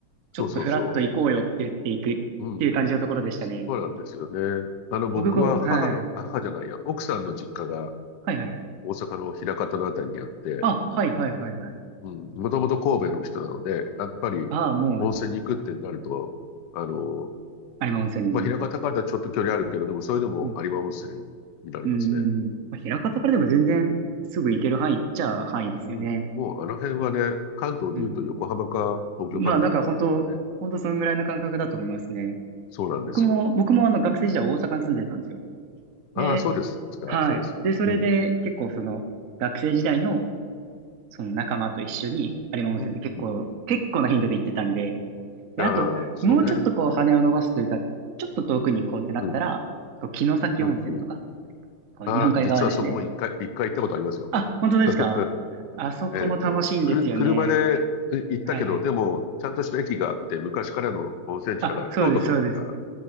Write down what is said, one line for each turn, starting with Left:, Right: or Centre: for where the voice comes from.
Right: ちょっとフラッと行こうよって言って行くっていう感じのところでしたね。
Left: そうそうそう。うん。そうなんですよね。あの、僕は母の、
Right: 僕、こう、はい。
Left: あ母じゃないや、奥さんの実家が
Right: はいはいはい。
Left: 大阪の枚方のあたりにあって、
Right: あ、はいはいはいはい。
Left: うん、もともと神戸の人なので、やっぱり温泉に行くってなると、
Right: ああ、もう、
Left: あの、
Right: 有馬温泉に。
Left: まあ、枚方からちょっと距離あるけど、でもそれでも有馬温泉になりますね。
Right: うん。うんうんうん。まあ、枚方からでも全然すぐ行ける範囲っちゃ範囲ですよね。
Left: うん。うん。もうあの辺はね、関東で言うと横浜か東京かみたいな感じだもんね。
Right: うん。まあなんか本当、本当そのぐらいの感覚だと思いますね。
Left: そうなんですよ。
Right: 僕も、僕もあの学生時代大阪に住んでたんですよ。
Left: ああ、
Right: で、
Left: そうですか。
Right: はい。
Left: そうですか。
Right: で、それで結構その学生時代の
Left: うん。
Right: その仲間と一緒に有馬温泉って結構、
Left: うん、うん、うん。
Right: 結構な頻度で行ってたんで、で、
Left: ああ、
Right: あと、
Left: そうね。
Right: もうちょっとこう羽を伸ばすというか、ちょっと遠くに行こうってなったら、
Left: うん、
Right: こう城崎温泉とか、
Left: うん、うん。
Right: こう日本海側ですね。
Left: あ、実はそこも一回、一回行ったことありますよ。
Right: あ、本当ですかあそこも楽しいんですよね。
Left: <laughs> えっと、くる、車で行ったけど、
Right: はいはい。
Left: でも、ちゃんとした駅があって、昔からの温泉地だから、
Right: あ、そうです、
Left: 京都とかから、
Right: そうです。